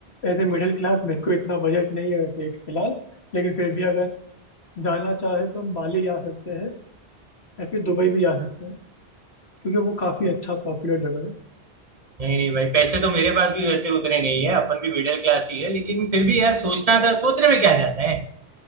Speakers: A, on the left; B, on the right.
A: एज ए मिडिल क्लास मेरे को इतना बजट नहीं है वैसे एक फिलहाल लेकिन फिर भी अगर जाना चाहे तो हम बाली जा सकते हैं या फिर दुबई भी जा सकते हैं क्योंकि वो काफ़ी अच्छा पॉपुलर जगह है
B: नहीं नहीं भाई पैसे तो मेरे पास भी वैसे उतने नहीं है अपन भी मिडिल क्लास ही है लेकिन फिर भी यार सोचना था सोचने में क्या जाता है